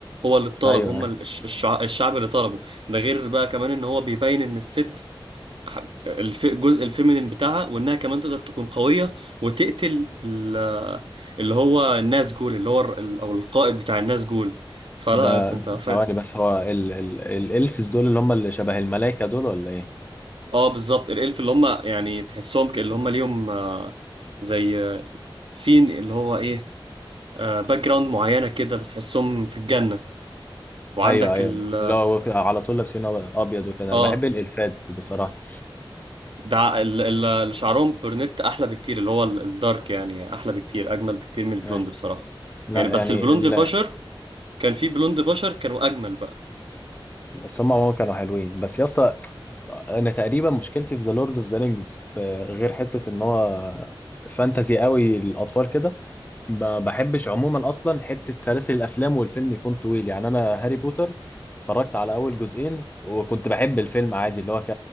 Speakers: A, on the right; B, on the left.
A: هو اللي اتطلب
B: أيوه
A: هم
B: أيوه
A: الشعب, الشعب اللي طلبه ده غير بقى كمان ان هو بيبين ان الست ح- الف... الجزء الفيمينين بتاعها وانها كمان تقدر تكون قوية وتقتل ال... اللي هو الناس جول اللي هو ال... او القائد بتاع الناس جول فلا
B: ده
A: بس انت فات
B: ثواني بس هو ال... ال... الإلفز دول اللي هم اللي شبه الملايكة دول ولا إيه؟
A: اه بالظبط الالف اللي هم يعني تحسهم ك... اللي هم ليهم آه، زي آه، سين اللي هو ايه باك جراوند معينة كده اللي تحسهم في الجنة وعندك
B: أيوه أيوه
A: ال...
B: اللي هو على طول لابسين أبيض وكده
A: اه
B: أنا بحب الإلفات بصراحة
A: ده ال- ال- اللي شعرهم برنت احلى بكتير اللي هو ال- الدارك يعني احلى بكتير اجمل بكتير من البلوند
B: أيوة.
A: بصراحة
B: لا
A: يعني بس
B: يعني
A: البلوند
B: ال...
A: البشر كان في بلوند بشر كانوا اجمل بقى
B: بس هم عموما كانوا حلوين بس يا اسطى أنا تقريبا مشكلتي في ذا لورد أوف ذا رينجز في غير حتة إن هو فانتزي قوي الأطفال كده ما بحبش عموما اصلا حته سلاسل الافلام والفيلم يكون طويل يعني انا هاري بوتر اتفرجت على اول جزئين وكنت بحب الفيلم عادي اللي هو ك...